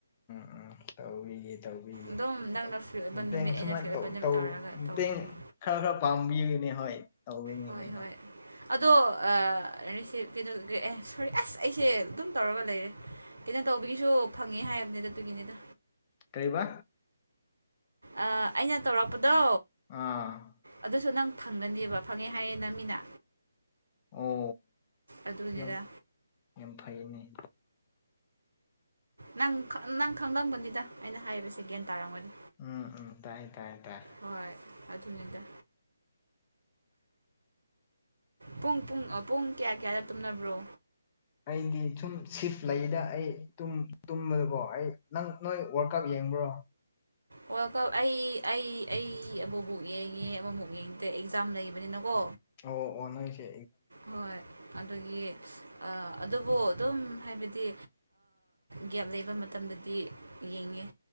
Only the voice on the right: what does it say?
ꯑꯗꯨꯝ ꯅꯪꯅ ꯐ꯭ꯔꯤ ꯑꯣꯏꯕ
ꯅꯨꯃꯤꯠ ꯑꯩꯅ
ꯐ꯭ꯔꯤ ꯑꯣꯏꯕ ꯅꯨꯃꯤꯠ
ꯇꯧꯔꯒ
ꯇꯧꯁꯦꯕ
ꯍꯣꯏ
ꯍꯣꯏ ꯑꯗꯣ ꯔꯤꯁꯤꯞ ꯀꯩꯅꯣ ꯑꯦ ꯁꯣꯔꯤ ꯑꯁ ꯑꯩꯁꯦ ꯑꯗꯨꯝ ꯇꯧꯔꯒ ꯂꯩꯔꯦ ꯀꯩꯅꯣ ꯇꯧꯕꯒꯤꯁꯨ ꯐꯪꯉꯦ ꯍꯥꯏꯕꯅꯤꯗ ꯑꯗꯨꯒꯤꯅꯤꯗ
ꯑꯩꯅ ꯇꯧꯔꯛꯄꯗꯣ
ꯑꯗꯨꯁꯨ ꯅꯪ ꯐꯪꯒꯅꯦꯕ ꯐꯪꯉꯦ ꯍꯥꯏꯌꯦꯅ ꯃꯤꯅ
ꯑꯗꯨꯅꯤꯗ
ꯅꯪ ꯅꯪ ꯈꯪꯂꯝꯒꯅꯤꯗ ꯑꯩꯅ ꯍꯥꯏꯕꯁꯦ ꯒ꯭ꯌꯥꯟ ꯇꯥꯔꯝꯒꯅꯤ
ꯍꯣꯏ ꯑꯗꯨꯅꯤꯗ ꯄꯨꯡ ꯄꯨꯡ ꯄꯨꯡ ꯀꯌꯥ ꯀꯌꯥꯗ ꯇꯨꯝꯅꯕ꯭ꯔꯣ
ꯋꯥꯔꯜꯀꯞ ꯑꯩ ꯑꯩ ꯑꯩ ꯑꯃꯨꯛꯃꯨꯛ ꯌꯦꯡꯉꯦ ꯑꯃꯃꯨꯛ ꯌꯦꯡꯁꯦ ꯑꯦꯛꯖꯥꯝ ꯂꯩꯕꯅꯤꯅꯀꯣ
ꯍꯣꯏ ꯑꯗꯨꯒꯤ ꯑꯗꯨꯕꯨ ꯑꯗꯨꯝ ꯍꯥꯏꯕꯗꯤ ꯒꯦꯞ ꯂꯩꯕ ꯃꯇꯝꯗꯗꯤ ꯌꯦꯡꯉꯦ